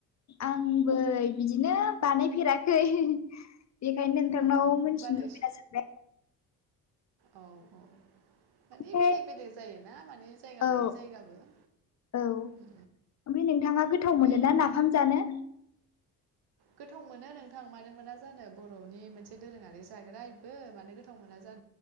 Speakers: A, on the left; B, on the right.
A: आंबो बिदिनो बानायफेराखै बेखायनो नोंथांनाव
B: औ होमबा
A: मोन्थिनो
B: नोंसि
A: लुबैना सोंबाय
B: औ औ माने
A: ओमफ्राय
B: बेलेग बेलेग जायोना माने जायगा
A: औ
B: लायै जायगाबो
A: औ ओमफाय
B: उम,
A: नोंथाङा गोथाव
B: दे
A: मोनो
B: नों
A: ना नाफाम जानो
B: गोथाव मोनो नोंथां मानो मोना जानो बर'नि मोनसे दोरोङारि जाग्रा इबो मानो गोथाव मोना जा